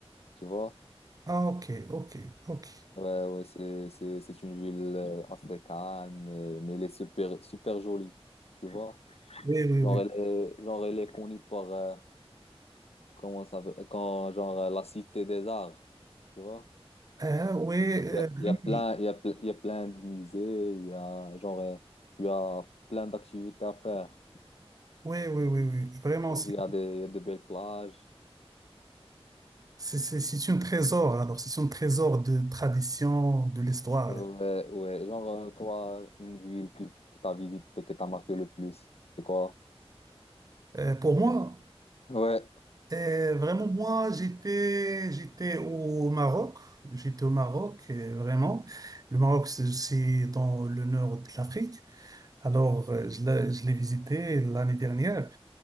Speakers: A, on the left; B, on the right.
A: tu vois.
B: Ah ok, ok, ok.
A: Ouais, ouais, c'est c'est- c'est une ville euh, assez calme, mais, mais elle est super, super jolie, tu vois.
B: Oui, oui,
A: Genre,
B: oui.
A: elle est, genre, elle est connue par, euh, comment ça s'appelle- quand, genre, euh, la cité des arts, tu vois.
B: Euh, oui, euh,
A: Il y a, il y a plein,
B: oui,
A: il y a, ple- il y a plein de musées, il y a, genre, euh, il y a plein d'activités à faire.
B: oui, oui, oui. oui. oui. Vraiment, c'est
A: Il y a des, il y a de belles plages.
B: c'est- c'est- c'est un trésor. Alors, c'est un trésor de tradition, de l'histoire.
A: Ouais, ouais. Genre, euh, toi, une ville que tu as visitée, que t'as marqué le plus, c'est quoi?
B: Euh, pour moi,
A: Ouais.
B: euh, vraiment, moi, j'étais, j'étais au Maroc. J'étais au Maroc, euh, vraiment. Le Maroc, c'est c'est dans le nord de l'Afrique. Alors, euh, je l'ai je l'ai visité l'année dernière.